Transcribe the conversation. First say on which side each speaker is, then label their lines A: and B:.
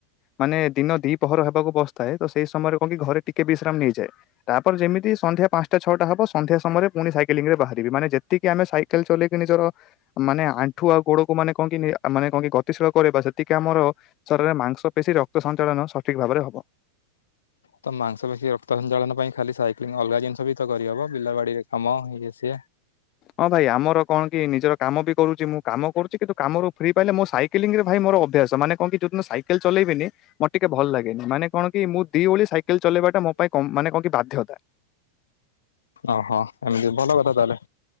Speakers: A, on the left; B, on the left.
A: ମାନେ ଦିନ ଦି ପହର ହେବାକୁ ବସିଥାଏ ତ ସେଇ ସମୟରେ କଣ କି ଘରେ ଟିକେ ବିଶ୍ରାମ ନେଇଯାଏ। ତାପରେ ଯେମିତି ସନ୍ଧ୍ୟା ପାଞ୍ଚଟା ଛଅଟା ହବ ସନ୍ଧ୍ୟା ସମୟରେ ପୁଣି ସାଇକେଲିଂରେ ବାହାରିବି। ମାନେ ଯେତିକି ଆମେ ସାଇକେଲ ଚଲେଇକି ନିଜର ମାନେ ଆଣ୍ଠୁ ଆଉ ଗୋଡ କୁ ମାନେ କଣ କି ମାନେ କଣ ଗତିଶୀଳ କରେ ସେତିକି ଆମର ଶରୀରରେ ମାଂସ ପେଶୀ ରକ୍ତ ସଞ୍ଚାଳନ ସଠିକ ଭାବରେ ହବ।
B: ତ ମାଂସପଖୀ ରକ୍ତ ସଞ୍ଚାଳନ ପାଇଁ ଖାଲି ସାଇକ୍ଲିଂ ଅଲଗା ଜିନିଷ ବି ତ କରିହବ ବିଲବାଡିରେ କାମ ଇଏ ସିଏ
A: ହଁ ଭାଇ ଆମର କଣ କି ନିଜର କାମ ବି କରୁଛି ମୁଁ କାମ କରୁଛି କିନ୍ତୁ କାମ ରୁ ଫ୍ରି ପାଇଲେ ମୁଁ ସାଇଇେଲିଂ ରେ ଭାଇ ମୋ ଅଭ୍ୟାସ ମାନେ କଁକି ଯୋଉଦିନ ସାଇକେଲ ଚଲେଇବନି ମୋର ଟିକେ ଭଲ ଲାଗେନି ମାନେ କଣ କି ମୁଁ ଦି ଓଳି ସାଇକେଲ ଚଲେଇବା ଟା ମୋ ପାଇଁ ମାନେ କଣ କି ବାଧ୍ୟତା।
B: ଓହୋ ଏମିତି ଭଲ କଥା ତାହେଲେ।